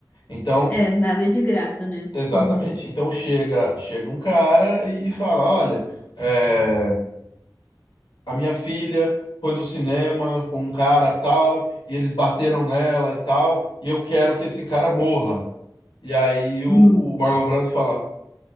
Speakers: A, on the left; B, on the left.
A: Então,
B: É, nada é de graça, né?
A: exatamente.
B: <laughs>
A: Então chega, chega um cara e, e fala, olha, é, A minha filha foi no cinema com um cara tal, e eles bateram nela e tal, e eu quero que esse cara morra. E aí o,
B: Hum,
A: o Marlon Brando fala: